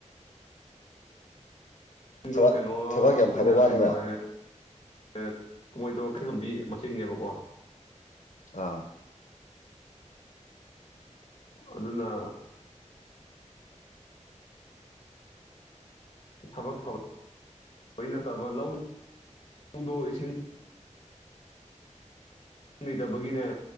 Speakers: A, on the left; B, on the left.
A: ꯊꯕꯛ
B: ꯗꯣ ꯀꯩꯅꯣ
A: ꯊꯕꯛ
B: ꯑꯩꯈꯣꯏꯅ
A: ꯌꯥꯝ ꯐꯕ ꯋꯥꯅꯦꯕ
B: ꯀꯩꯅꯣ ꯍꯥꯏ ꯑꯦꯛ ꯃꯣꯏꯗꯣ ꯈꯦꯃꯟꯕꯤ ꯃꯁꯤꯡꯉꯦꯕꯀꯣ
A: ꯑꯥ
B: ꯑꯗꯨꯅ ꯊꯕꯛ ꯐꯕꯩ ꯅꯠꯇꯕ ꯂꯧ ꯗꯣ ꯏꯁꯤꯡ ꯂꯩꯇꯕꯒꯤꯅꯦ